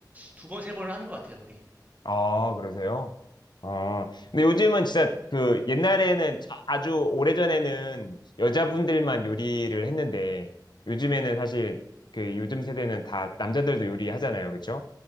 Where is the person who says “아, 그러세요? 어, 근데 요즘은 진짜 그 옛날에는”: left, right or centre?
Left